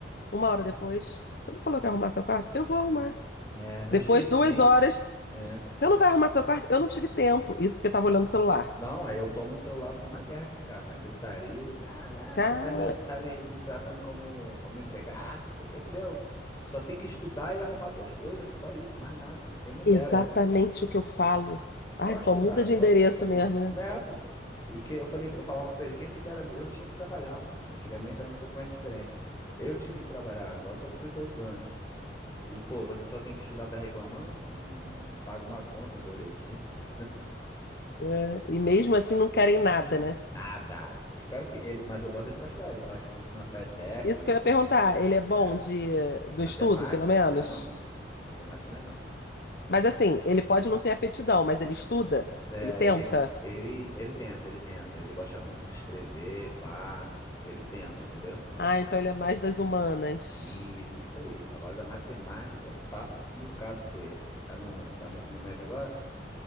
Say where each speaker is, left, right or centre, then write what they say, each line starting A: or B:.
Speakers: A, on the left; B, on the left.
A: Uma hora depois, você não falou que ia arrumar seu quarto? Eu vou arrumar.
B: né?
A: Depois,
B: Eu esqueci,
A: duas horas,
B: né?
A: você não vai arrumar seu quarto? Eu não tive tempo. Isso porque eu tava olhando o celular.
B: Não, aí eu tomo o celular para uma guerra aqui em casa, né? Gritaria, ah,
A: Cara,
B: ah, você tá, me, tá me, me tratando como, como empregado, não sei o quê. Eu falei, eu só tenho que estudar e arrumar tuas coisas, só isso, mais nada. Quem me dera,
A: exatamente o que eu falo. Ai,
B: só estudar,
A: só muda de
B: só,
A: endereço
B: só isso.
A: mesmo, né?
B: Mas, é, pô, e que eu falei, eu falava para ele, quem me dera, eu tinha que trabalhar, pô. Antigamente era um pouco mais diferente. Eu tive que trabalhar, agora eu tô com 38 anos. E, pô, você só tem que estudar, tá reclamando? pô? Não, não paga uma conta, um boletim, pô.
A: É, e mesmo assim não querem nada, né?
B: Nada. Eu espero que ele, mas eu boto ele pra estudar. Ele faz curso na FATEC.
A: Isso que eu ia perguntar, ele é
B: É,
A: bom de, do
B: matemática
A: estudo, pelo menos?
B: não é, não. Matemática não é, não.
A: Mas assim, ele pode não ter aptidão, mas ele estuda?
B: É,
A: Ele tenta?
B: ele, ele, ele tenta, ele tenta. Ele gosta muito de escrever, pá. Ele tenta, entendeu?
A: Ah, então ele é mais das humanas.
B: Isso, isso aí. Agora da matemática, passo um bocado com ele. Tá no, tá no ensino médio agora?